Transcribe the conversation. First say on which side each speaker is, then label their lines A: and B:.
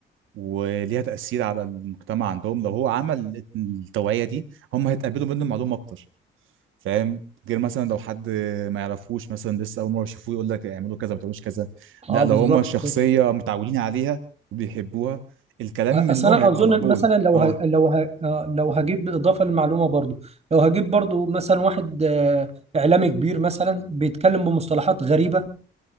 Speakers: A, on the right (about 85°); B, on the right (about 30°).
A: وليها تاثير على المجتمع عندهم لو هو عمل التوعيه دي هم هيتقبلوا منه معلومه اكتر فاهم غير مثلا لو حد ما يعرفوش مثلا لسه اول مره يشوفوه يقول لك اعملوا كذا ما تعملوش كذا
B: اه
A: لا
B: بالظبط
A: لو هما شخصيه
B: كده
A: متعودين عليها وبيحبوها الكلام
B: اصل
A: منهم
B: انا
A: هيبقى
B: اظن
A: مقبول
B: مثلا لو
A: اه
B: ه... لو ه... آه، لو هجيب اضافه للمعلومه برضو لو هجيب برضو مثلا واحد آه، اعلامي كبير مثلا بيتكلم بمصطلحات غريبه